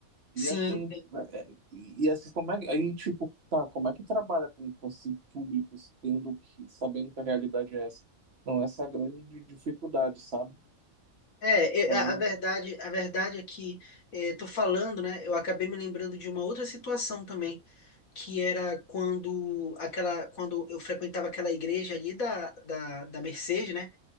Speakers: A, on the left; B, on the right.
A: Sim,
B: E assim, é, é, e assim, como é que, aí, tipo, tá, como é que trabalha com, com esse público, tendo que, sabendo que a realidade é essa? Então, essa é a grande di- dificuldade, sabe?
A: É,
B: Então,
A: é, a a verdade, a verdade é que é, tô falando, né? Eu acabei me lembrando de uma outra situação também, que era quando aquela, quando eu frequentava aquela igreja ali da, da, da Mercedes, né?